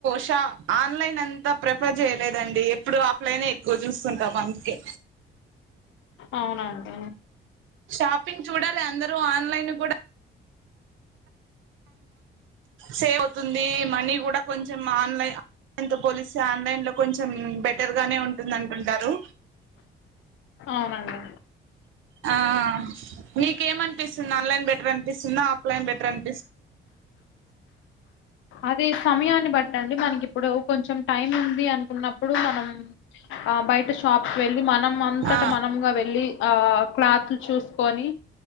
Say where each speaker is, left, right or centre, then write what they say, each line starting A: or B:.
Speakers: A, on the right (about 80°); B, on the left (about 75°).
A: షా ఆన్లైన్ అంతా ప్రిఫర్ చేయలేదండి ఎప్పుడు ఆఫ్లైన్ ఎక్కువ చూస్తుంటాం అందుకే
B: అవునండి
A: షాపింగ్ చూడాలి అందరు ఆన్లైన్ కూడా సేవ్ అవుతుంది మనీ కూడా కొంచెం ఆన్లైన్ ఆన్లైన్తో పోలిస్తే ఆన్లైన్ లో కొంచెం బెటర్గానే ఉంటుంది అంటుంటారు
B: అవునండి
A: ఆ నీకేమనిపిస్తుంది ఆన్లైన్ బెటర్ అనిపిస్తుందా ఆఫ్లైన్ బెటర్ అనిపిస్తుందా
B: అదే సమయాన్ని బట్ట అండి మనకి ఇప్పుడు కొంచెం టైం ఉంది అనుకున్నప్పుడు మనం ఆ బయట షాప్ వె మనం అంతట
A: ఆ
B: మనగా వెళ్ళి ఆ క్లాత్ చూసుకొని